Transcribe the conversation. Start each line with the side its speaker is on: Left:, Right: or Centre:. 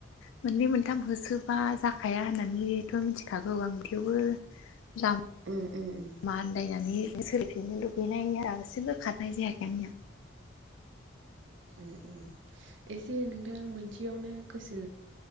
Left: मोननै मोनथाम होसोब मा जाखाया होननानैथ' मिथिखागौ आं थेवबो लाम
Right: उम उम उम
Left: माआन्दायनानै सोलाइफिनो लुगैनायनाया दासिमबो खारनाय जायाखै आंनिया
Right: उम उम एसे नोंथाङा मोनसेयावनो गोसो